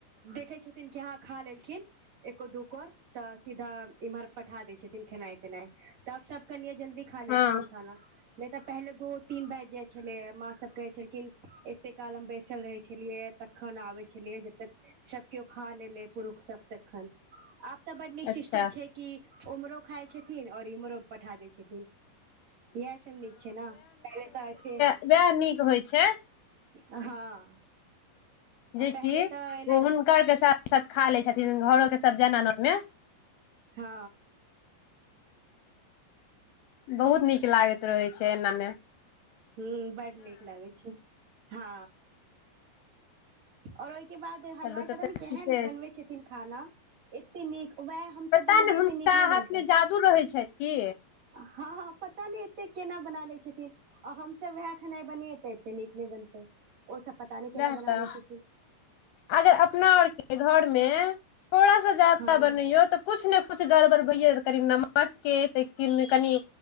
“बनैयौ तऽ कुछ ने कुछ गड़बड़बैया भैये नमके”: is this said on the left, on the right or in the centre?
Left